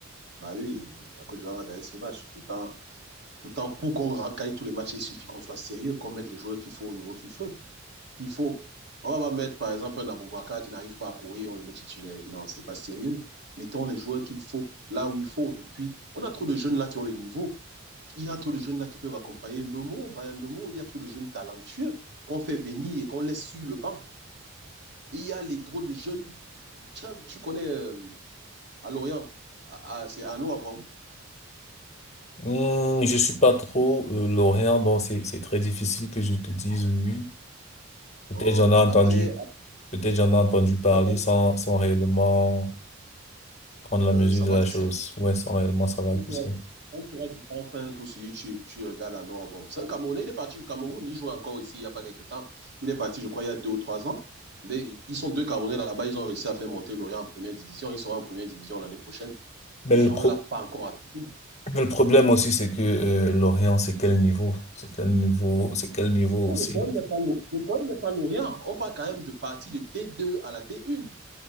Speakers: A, on the right; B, on the left.
A: Bah oui, la Côte d'Ivoire va gagner ce match. Pourtant, pourtant pour qu'on gagne tous les matchs, il suffit qu'on soit sérieux, qu'on mette les joueurs qu'il faut au niveau qu'il faut. Qu'il faut. On va pas mettre, par exemple, un Aboubakar qui n'arrive pas à courir, on le met titulaire. Non, c'est pas sérieux. Mettons les joueurs qu'il faut, là où il faut. Et puis, on a trop de jeunes là qui ont le niveau il y a trop de jeunes là qui peuvent accompagner Mbemo, Brian Mbemo, il y a trop de jeunes talentueux qu'on fait venir et qu'on laisse sur le banc. Et il y a les trop de jeunes, tu, tu connais euh, à Lorient, à, à, c'est à avant.
B: Hmm, je suis pas trop euh, lorrain, donc c'est c'est très difficile que je te dise oui. oui. Peut-être
A: Oh,
B: j'en ai
A: tu,
B: entendu,
A: après,
B: peut-être j'en ai entendu parler
A: après
B: sans sans réellement prendre la
A: euh,
B: mesure
A: savoir
B: de la
A: qui
B: chose.
A: c'est.
B: Ouais, sans réellement savoir
A: Quand
B: qui
A: tu
B: c'est.
A: auras du temps, enfin, tout sur YouTube, tu regardes à avant. C'est un Camerounais, il est parti du Cameroun, il joue encore ici il n'y a pas quelque temps. Il est parti, je crois, il y a deux ou trois ans. Les, ils sont deux Camerounais là-bas, ils ont réussi à faire monter Lorient en première division. Ils seront en première division l'année prochaine,
B: Mais
A: mais
B: le
A: on
B: pro
A: ne l'a pas encore appris.
B: mais le problème aussi, c'est que euh, Lorient, c'est quel niveau? C'est quel niveau? C'est quel niveau
A: Oui,
B: aussi?
A: Le problème n'est pas, le le problème n'est pas l'Orient. On parle quand même de partie de d deux à la D1.